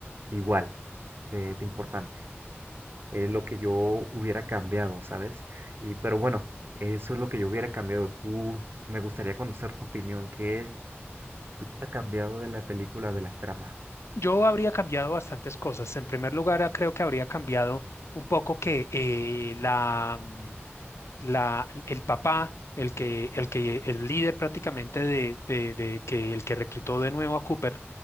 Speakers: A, on the right; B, on the left.
A: igual de de importante es lo que yo hubiera cambiado, ¿sabes? Y, pero bueno, eso es lo que yo hubiera cambiado. Tú, me gustaría conocer tu opinión. ¿Qué, qué hubiera cambiado de la película, de las tramas?
B: Yo habría cambiado bastantes cosas. En primer lugar, ah, creo que habría cambiado un poco que eh, la, mm, la, el papá, el que, el que, el líder prácticamente de, de, de que el que reclutó de nuevo a Cooper,